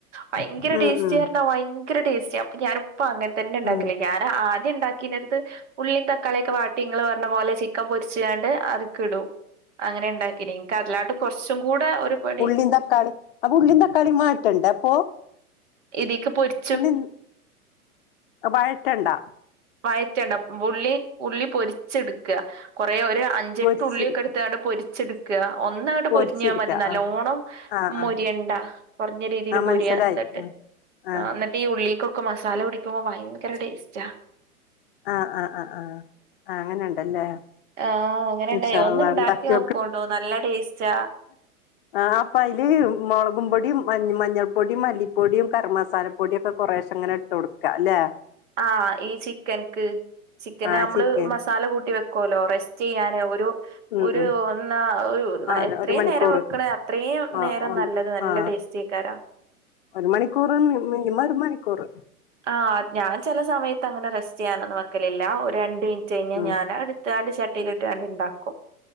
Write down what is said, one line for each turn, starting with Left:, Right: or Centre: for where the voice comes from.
Right: ഭയങ്കര
Left: ഉം
Right: ടേസ്റ്റ്ർഞ്ഞാ
Left: ഉം
Right: ഭയങ്കര ടേസ്റ്റ് അപ്പൊ ഞാനിപ്പൊ അങ്ങൻ തന്നെണ്ടാക്കല്
Left: ഉം
Right: ഞാന് ആദ്യം ണ്ടാക്കീണേത് ത് ഉള്ളിം തക്കാള്യൊക്കെവാട്ടി, ഇങ്ങള് പർഞ്ഞ പോലെ ചിക്കൻ പൊരിച്ച്ങ്ങാണ്ട് അത്ക്ക്ടും അങ്ങനെണ്ടാക്കിനി ഇൻക്കതിലാട്ടും കൊർച്ചും കൂട ഒരുപടി
Left: ള്ളിം തക്കാളിം അപ്പൊ ഉള്ളിം തക്കാളിം വാട്ടണ്ടേ അപ്പൊ
Right: ഇതീക്ക് പൊര്
Left: ഉള്ളിം അഹ് വഴറ്റണ്ട
Right: വയറ്റണ്ട ഉള്ളി ഉള്ളി പൊര്ച്ച്ട്ക്കാ കൊറേ ഒരു അഞ് ഞ്ചെട്ടുള്ളിയൊക്കെട്ത്താണ്ട്
Left: പൊരിച്ചിട്
Right: പൊരിച്ച്ടുക്കാ ഒന്നങ്ങട്ട്
Left: പൊരിച്ചെടുക്ക
Right: പൊര്ഞ്ഞാ മതി നല്ലോണം
Left: ആഹ് ആഹ്
Right: മൊരിയണ്ടാ
Left: ആഹ്
Right: കൊർഞ്ഞ രീതീല്
Left: ആഹ്
Right: പൊര്യാ
Left: മനസ്സിലായി
Right: ന്ന ട്ട്
Left: ആഹ്
Right: അഹ് ന്നട്ടീ ഉള്ളിക്കൊക്കെ മസാല പിടിക്കുമ്പോ വയങ്കര ടേസ്റ്റാ
Left: ആ ആ ആ ആഹ് ആ അങ്ങനെണ്ടല്ലേ
Right: ആഹ് അങ്ങനെണ്ടായി.
Left: ഇൻഷാ
Right: ഒന്ന്ണ്ടാക്കി
Left: അള്ളാ ഇണ്ടാക്കി
Right: നോക്കോണ്ടൂ, നല്ല ടേസ്റ്റാ
Left: ആഹ് അപ്പയ്ല് മൊളകും പൊടിം മഞ് മഞ്ഞൾ പൊടിം മല്ലിപ്പൊടിം കരം മസാല പൊടിയൊക്കെ കൊറേശെങ്ങനെ ഇട്ടൊട്ക്കാ ല്ലേ
Right: ആഹ് ഈ ചിക്കൻക്ക്, ചിക്കന്
Left: ആ
Right: നമ്മള്
Left: ചിക്കൻ
Right: മസാല കൂട്ടി വെക്ക് ക്കോലോ റെസ്റ്റൈയ്യാന് ഒരു
Left: ഉം
Right: ഒരു
Left: ഉം
Right: ഒന്നാ ഒരു നെ
Left: ആ
Right: എത്രീം
Left: ഒരു മണിക്കൂർ
Right: നേരം വെക്കണ് അത്രേം
Left: ആ
Right: നേരം
Left: ഒന്ന്
Right: നല്ലത് നല്ല
Left: ആ
Right: ടേസ്റ്റേ ക്കാരം
Left: ഒരു മണിക്കൂറ്.., മിനിമം ഒരു മണിക്കൂറ്
Right: ആ ഞാൻ ചെല സമയത്ത് അങ്ങനെ റെസ്റ്റ് ചെയ്യാനൊന്നും വെക്കലില്ല ഒരു രണ്ട് മിനി റ്റ് കഴിഞ്ഞാ
Left: ഉം
Right: ഞാൻ എടുത്ത് ആ ചട്ടി ലിട്ടാണ്ട് ഉണ്ടാക്കും